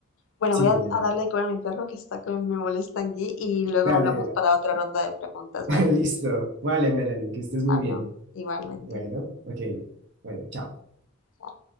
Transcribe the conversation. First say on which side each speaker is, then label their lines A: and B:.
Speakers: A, on the left (about 70°); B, on the right (about 60°).
A: Bueno,
B: Sí,
A: voy a,
B: Melanie.
A: a darle de comer a mi perro que está que me molesta aquí y luego
B: Dale,
A: hablamos
B: dale.
A: para otra ronda de preguntas,
B: <laughs>
A: ¿vale?
B: Listo. Vale, Melanie, que estés muy
A: Ah,
B: bien.
A: no, igualmente.
B: Bueno, ok. Bueno, chao.
A: Chao.